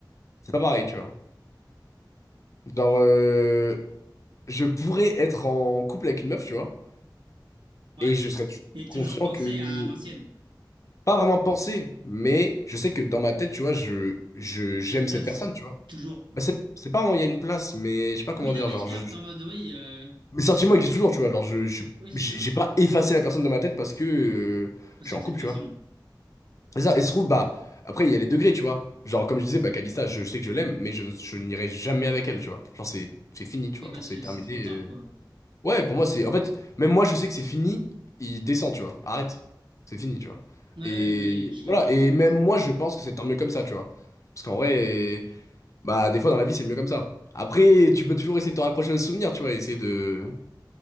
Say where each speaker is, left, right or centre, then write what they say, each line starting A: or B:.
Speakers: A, on the left; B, on the right.
A: c'est pas pareil, tu vois. Genre, euh, je pourrais être en couple avec une meuf, tu vois,
B: Ouais.
A: et je serais toujours
B: Et toujours
A: conscient
B: penser
A: que...
B: à l'ancienne.
A: Pas vraiment penser, mais je sais que dans ma tête, tu vois, je, je, j'aime
B: Il y a une place.
A: cette personne, tu vois.
B: Toujours.
A: Bah, c'est, c'est pas vraiment, il y a une place, mais je sais pas comment
B: Oui,
A: dire,
B: non, mais
A: genre,
B: je capte
A: je, je-
B: en mode oui, euh,
A: mes sentiments existent toujours, tu vois, genre, je, je-
B: oui, c'est
A: j'ai
B: sûr.
A: j'ai pas effacé la personne de ma tête parce que euh,
B: Parce
A: je suis
B: que vous
A: en couple,
B: êtes plus
A: tu
B: ensemble.
A: vois. Et ça, et se trouve, bah, après, il y a les degrés, tu vois. Genre, comme je disais, bah, Kalista je, sais que je l'aime, mais je, je n'irai jamais avec elle, tu vois. Genre, c'est c'est fini, tu vois,
B: Mais parce
A: genre, c'est
B: que
A: terminé.
B: c'est trop tard,
A: euh,
B: quoi.
A: Ouais, pour moi, c'est. En fait, même moi, je sais que c'est fini. Il descend, tu vois. Arrête. C'est fini, tu vois.
B: Ouais,
A: Et
B: ouais, je
A: voilà.
B: capte, je
A: Et
B: capte, je capte.
A: même moi, je pense que c'est tant mieux comme ça, tu vois. Parce qu'en vrai, bah, des fois, dans la vie, c'est mieux comme ça. Après, tu peux toujours essayer de te raccrocher au souvenir, tu vois, essayer de,